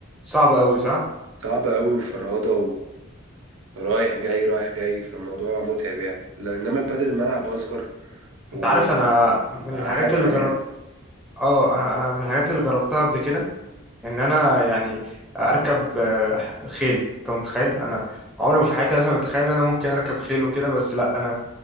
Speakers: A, in the centre; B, on the right.
A: صعب قوي صح
B: صعبة قوي وفرهضة ورايح جاي رايح جاي فالموضوع متعب يعني لا- إنما البادل الملعب أصغر وأسهل
A: انت عارف انا من الحاجات اللي جربت
B: يعني
A: اه انا انا من الحاجات اللي جربتها قبل كده ان انا يعني اركب آه، خيل انت متخيل انا عمري ما في حياتي مثلا كنت اتخيل ان انا ممكن اركب خيل وكده بس لا انا